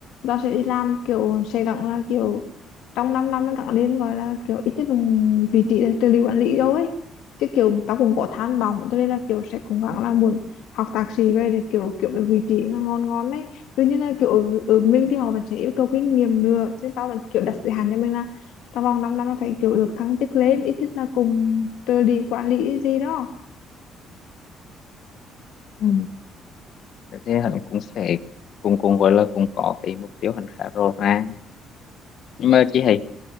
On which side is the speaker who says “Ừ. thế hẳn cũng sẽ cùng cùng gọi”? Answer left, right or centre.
Left